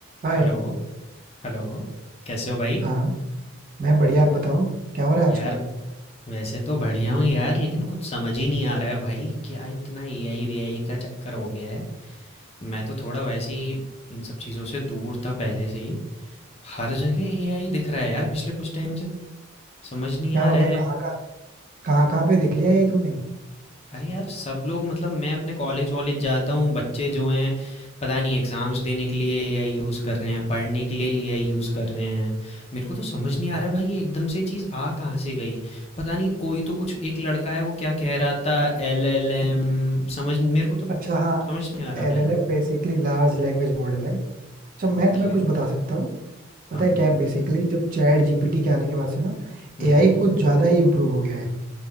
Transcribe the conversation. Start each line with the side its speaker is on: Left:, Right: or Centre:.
Right: हाय
Left: हेलो, हेलो, कैसे हो भाई?
Right: हाँ मैं बढ़िया आप बताओ क्या हो रहा है
Left: यार
Right: आजकल
Left: वैसे तो बढ़िया हूँ यार लेकिन कुछ समझ ही नहीं आ रहा है भाई क्या इतना एआई वीआई का चक्कर हो गया है मैं तो थोड़ा वैसे ही इन सब चीज़ों से दूर था पहले से ही हर जगह एआई दिख रहा है यार पिछले कुछ टाइम से समझ नहीं
Right: क्या
Left: आ
Right: हो
Left: रहा
Right: गया
Left: है
Right: कहाँ कहाँ कहाँ कहाँ पे देख लिया ये तुमने
Left: अरे यार! सब लोग मतलब मैं अपने कॉलेज वॉलेज जाता हूँ, बच्चे जो हैं पता नहीं एग्ज़ाम्स देने के लिए एआई यूज़ कर रहे हैं, पढ़ने के लिए एआई यूज़ कर रहे हैं। मेरे को तो समझ नहीं आ रहा है भाई ये एकदम से चीज़ आ कहाँ से गई? पता नहीं कोई तो कुछ एक लड़का है वो क्या कह रहा था एलएलएम समझ मेरे को तो
Right: अच्छा हाँ
Left: समझ नहीं आ रहा भाई।
Right: L L M basically large language model है अच्छा मैं
Left: ओके।
Right: तुम्हें कुछ बता सकता हूँ पता
Left: हाँ।
Right: है क्या है बेसिकली जब चैट जीपीटी के आने के बाद से ना
Left: हुँ,
Right: एआई
Left: हुँ।
Right: कुछ ज्यादा ही इम्प्रूव हो गया है